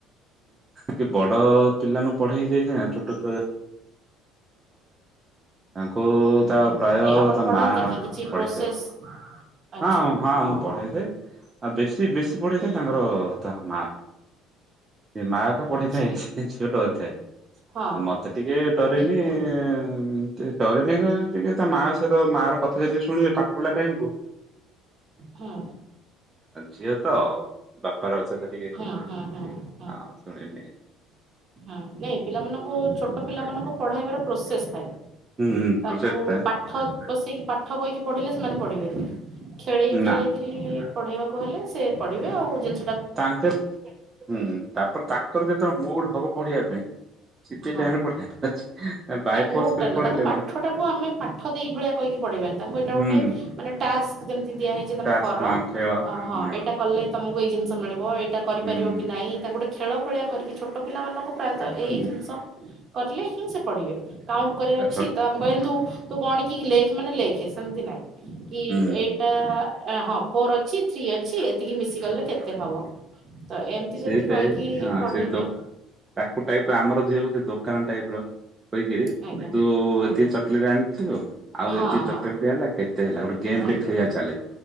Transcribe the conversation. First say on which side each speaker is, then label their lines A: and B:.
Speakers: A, on the right; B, on the right.
A: କି ବଡ ପିଲା ନ ପଢେଇ ହେଇ ଯାଇଥାଏ ନା ଛୋଟ ଛୁଆ ତାଙ୍କୁ ତା
B: ହୁଁ
A: ପ୍ରାୟ
B: ନାଇଁ ଆପଣ
A: ତା
B: ପଢାନ୍ତି
A: ମା
B: କି କିଛି
A: ପଢେଇଥାଏ।
B: ପ୍ରୋସେସ୍ ଆଚ୍ଛା
A: ହଁ, ହଁ ମୁଁ
B: ଓହୋ।
A: ପଢେଇଥାଏ। ଆଉ ବେଶୀ ବେଶୀ ପଢେଇଥାଏ ତାଙ୍କର ତା ମା। ସେ ମା ପଢେଇଥାଏ
B: ଆଚ୍ଛା
A: ଝିଅ ଡରି ଥାଏ। ଆଉ
B: ହଁ
A: ମତେ ଟିକେ ଡ ଏମିତି
B: ହଁ
A: ଡରି ନାଇଁ କ ଟିକେ ତା ମା ସହିତ ମା ର କଥା ଯଦି ଶୁଣିବେ ପାଠ ପଢା ଟାଇମକୁ
B: ହଁ
A: ଝିଅ ତ ଆଉ ବାପାର ସହିତ ଟିକେ
B: ହୁଁ, ହୁଁ, ହୁଁ।
A: ହଁ ଶୁଣିଲି <unintelligible>
B: ହଁ ନାଇଁ ପିଲାମାନଙ୍କୁ ଛୋଟ ପିଲାମାନଙ୍କୁ ପଢେଇବାର ପ୍ରୋସେସ ଥାଏ।
A: ହୁଁ
B: ତାଙ୍କୁ
A: ପ୍ରୋସେସ ଥାଏ
B: ପାଠ ବସେଇକି ପାଠ କହିକି ପଢିଲେ ସେମାନେ ପଢିବେନି। ଖେଳେଇ ଖେଳେଇକିରି
A: ନା
B: ପଢେଇବାକୁ ହେଲେ ସେ ପଢିବେ। ଆଉ ଜିନଷ
A: ତାଙ୍କର ହୁଁ, ତାପରେ ତାଙ୍କର ଯେତେବେଳେ ମୁଡ ହବ ପଢିବା ପାଇଁ ସେତିକି
B: ହଁ
A: ଟାଇମ୍ ରେ ପଢିବା ଅଛି। ବାଇ
B: ନାଇଁ
A: ଫୋର୍ସ
B: ମୁଡ଼
A: କରି
B: ଟା ନୁହଁ,
A: ପଢେଇଲେ
B: ତାଙ୍କୁ ପାଠଟାକୁ
A: ମାନେ
B: ଆମେ ପାଠ ଦେଇକି ଭଳିଆ କହିକି ପଢେଇବାନି। ତାଙ୍କୁ ଏଇଟା
A: ହୁଁ
B: ଗୋଟେ ମାନେ ଟାସ୍କ ଯେମିତି ଦିଆ ହେଇଛି ତମେ
A: ତାସ୍
B: କର।
A: ହଁ ଖେଳ
B: ହଁ,
A: ହୁଁ
B: ଏଇଟା କଲେ ତମକୁ ଏଇ ଜିନିଷ ମିିଳିବ। ଏଇଟା କରିପାରିବ
A: ହୁଁ
B: କି ନାହିଁ। ତାଙ୍କୁ ଗୋଟେ ଖେଳ ଭଳିଆ କରିକି ଛୋ ଛୋଟ ପିଲାମାନଙ୍କୁ ପ୍ରାୟତ ଏଇ
A: ହୁଁ
B: ଜିନିଷ କରିଲେ ହିଁ ସେ ପଢ଼ିବେ। କାଉଣ୍ଟ୍ କରିବାର
A: ଆ
B: ଅଛି
A: ଛୋଟ
B: ତ କହିଲୁ ତୁ ଗଣିକି ଲେଖେ ମାନେ ଲେଖେ ସେମିତି ନାଇ। କି
A: ହୁଁ
B: ଏଇ ହଁ ଫୋର୍ ଅଛି ଥ୍ରୀ ଅଛି ଏତିକି ମିଶି ଗଲେ କେତେ ହବ। ତ ଏମିତି
A: ସେଇଟାଇ
B: ଯଦି କହିକି
A: ହଁ
B: ପଢ଼େଇବେ
A: ସେ ଦୋ ତାକୁ ଟାଇପ୍ ର ଆମର ଝିଅ ସେ ଦୋକାନ ଟାଇପ୍ ର ହୋଇକିରି,
B: ଆଜ୍ଞା
A: ତୁ
B: ଆଜ୍ଞା
A: ଏତିକି ଚକୋଲେଟ୍ ଆଣିଥିଲୁ ଆଉ
B: ହଁ
A: ଏତିକି
B: ହଁ
A: ଚକଲେଟ୍ ହେଲା କେତେ ହେଲା ଗୋଟେ ଗେମ୍
B: ଆଜ୍ଞା।
A: ଟେ ଖେଳିବା ଚାଲେ।